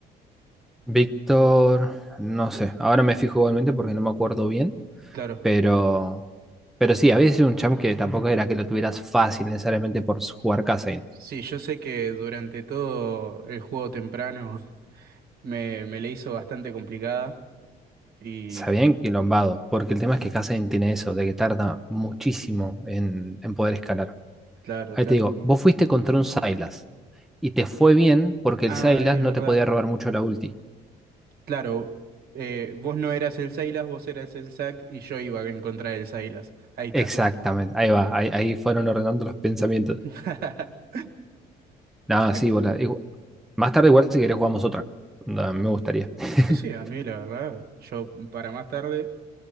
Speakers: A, in the centre; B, on the right (about 65°).
A: Víctor, no sé, ahora me fijo igualmente porque no me acuerdo bien,
B: Claro.
A: pero, pero sí, había sido un champ que tampoco era que lo tuvieras fácil necesariamente por jugar Kazain.
B: Sí, yo sé que durante todo el juego temprano <laughs> me, me le hizo bastante complicada. Y
A: Se había enquilombado, porque el tema es que Cassian tiene eso, de que tarda muchísimo en, en poder escalar.
B: claro,
A: Ahí
B: claro.
A: te digo, vos fuiste contra un Sylas y te fue bien porque
B: Ah,
A: el Sylas
B: es
A: no
B: verdad.
A: te podía robar mucho la ulti.
B: Claro, eh, vos no eras el Silas, vos eras el Zack y yo iba en contra del Silas. Ahí está.
A: Exactamente, ahí va, ahí, ahí fueron ordenando los pensamientos.
B: <laughs>
A: Nada,
B: Zack.
A: sí, bola. igu- Más tarde igual si querés jugamos otra. Onda, me gustaría. <laughs>
B: Sí, sí, a mí la verdad, yo para más tarde.